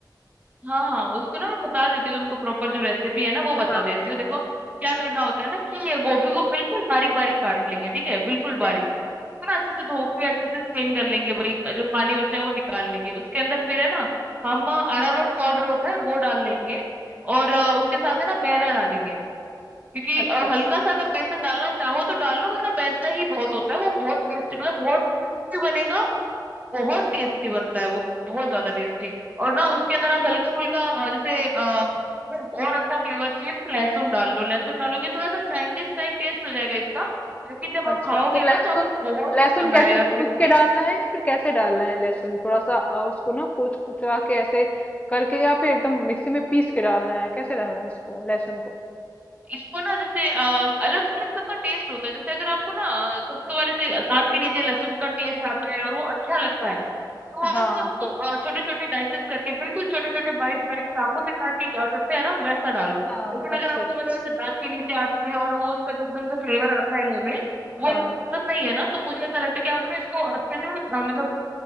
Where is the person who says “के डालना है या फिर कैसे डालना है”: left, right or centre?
Left